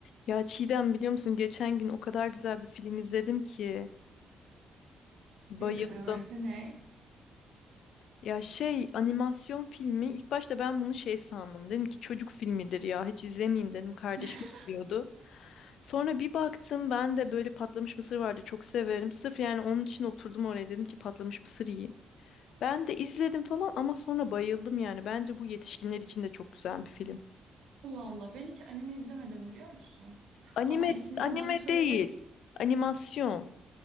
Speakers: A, on the left (about 70°); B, on the right (about 75°).
A: Ya Çiğdem biliyor musun geçen gün o kadar güzel bir film izledim ki bayıldım.
B: Şey kategorisi ne?
A: Ya şey animasyon filmi ilk başta ben bunu şey sandım. Dedim ki çocuk filmidir ya hiç izlemeyeyim dedim kardeşim
B: <laughs>
A: izliyordu. Sonra bir baktım ben de böyle patlamış mısır vardı çok severim. Sırf yani onun için oturdum oraya dedim ki patlamış mısır yiyeyim. Ben de izledim falan ama sonra bayıldım yani. Bence bu yetişkinler için de çok güzel bir film.
B: Allah Allah ben hiç anime izlemedim biliyor musun?
A: Anime
B: Ama ismini
A: anime
B: bana söyle.
A: değil. Animasyon.